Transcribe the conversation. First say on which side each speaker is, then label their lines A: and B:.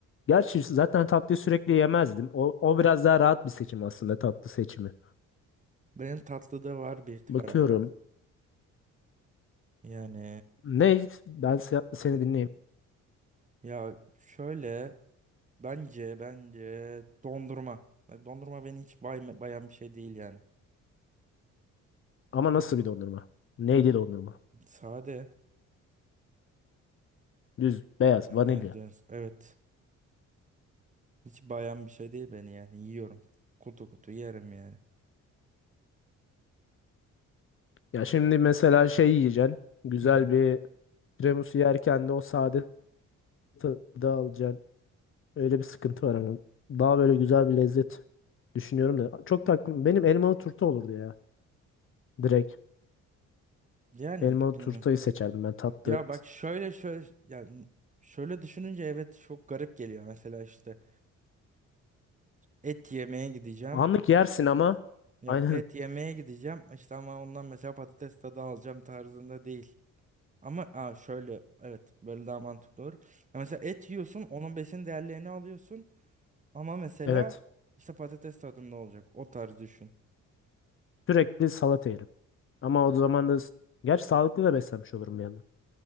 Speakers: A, on the left; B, on the right.
A: Gerçi zaten tatlıyı sürekli yemezdim. O, o biraz daha rahat bir seçim aslında tatlı seçimi.
B: Benim tatlıda var bir kararım.
A: Bakıyorum.
B: Yani
A: Ne? Ben se- seni dinleyeyim.
B: ya şöyle bence bence dondurma. Ben- Dondurma beni hiç bay, bayan bir şey değil yani.
A: Ama nasıl bir dondurma? Neydi dondurma?
B: Sade.
A: Düz, beyaz,
B: Ha,
A: vanilya.
B: döz- Evet. Hiç bayan bir şey değil beni yani. Yiyorum. Kutu kutu yerim yani.
A: Ya şimdi mesela şey yiyeceksin. Güzel
B: Hı hı.
A: bir Tiramisu yerken de o sade tadı alacaksın. Öyle bir sıkıntı var hani. Daha böyle güzel bir lezzet düşünüyorum da. Çok takım benim elmalı turta olurdu ya. Direkt
B: Yani
A: elmalı
B: bilmiyorum.
A: turtayı seçerdim ben tatlı.
B: Ya bak şöyle şöyle yani şöyle düşününce evet çok garip geliyor. Mesela işte et yemeye gideceğim.
A: Anlık yersin ama <laughs>
B: Yok
A: aynen.
B: et yemeye gideceğim işte ama ondan mesela patates tadı alacağım tarzında değil. Ama aa, şöyle evet böyle daha mantıklı olur. Ya mesela et yiyorsun onun besin değerlerini alıyorsun ama mesela
A: Evet.
B: işte patates tadında olacak o tarz düşün.
A: Sürekli salata yerim. Ama o zaman da gerçi sağlıklı da beslenmiş olurum yani.